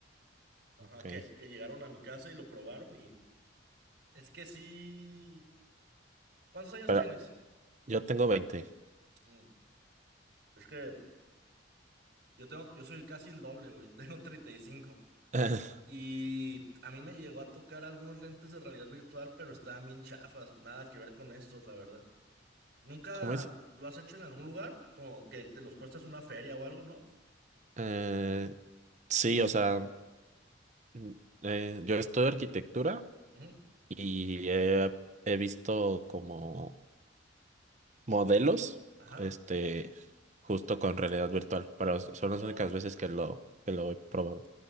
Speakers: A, on the right (about 60°); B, on the right (about 40°).
A: Ajá,
B: Ok.
A: que, que llegaron a mi casa y lo probaron y es que sí. ¿Cuántos años
B: Pero
A: tienes?
B: yo tengo 20.
A: Mm, es que yo tengo, yo soy casi el doble, güey. <laughs> Tengo 35.
B: <laughs>
A: Y cinco. Y a mí me llegó a tocar algunos lentes de realidad virtual, pero estaban bien chafas. Nada que ver con estos, la verdad. ¿Nunca
B: ¿Cómo es?
A: lo has hecho en algún lugar? Como que te los puestas en una feria o algo, ¿no?
B: Eh, sí, o sea, mm, eh, yo estudio arquitectura
A: Ujú,
B: y he, he visto como modelos,
A: Ajá.
B: este, justo con realidad virtual, pero son las
A: O
B: únicas veces que lo, que lo he probado.